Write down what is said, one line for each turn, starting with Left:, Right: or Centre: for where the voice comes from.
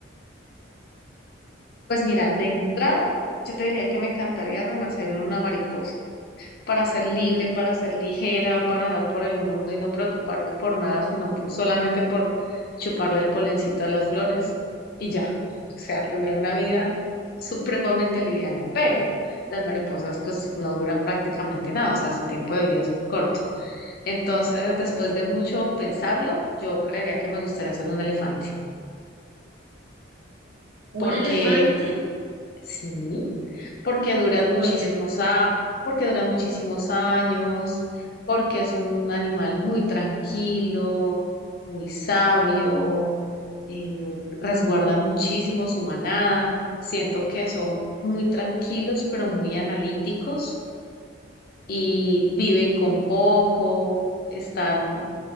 Left: Pues mira, de entrada, yo te diría que me encantaría renacer en una mariposa. para ser libre, para ser ligera, para andar por el mundo y no preocuparme por nada, sino por, solamente por chuparle el polencito a las flores y ya. O sea, tendrá una vida supremamente liviana, pero las mariposas pues no duran prácticamente nada, o sea, su tiempo de vida es muy corto. Entonces, después de mucho pensarlo, yo creería que me gustaría ser un elefante,
Right: ¿Un
Left: porque
Right: elefante?
Left: sí. porque duran muchísimos
Right: ¿Por qué? ¿Por qué?
Left: a, porque duran muchísimos años, porque es un animal muy tranquilo, muy sabio, eh, resguarda muchísimo su manada. Siento que son muy tranquilos, pero muy analíticos y viven con poco, están,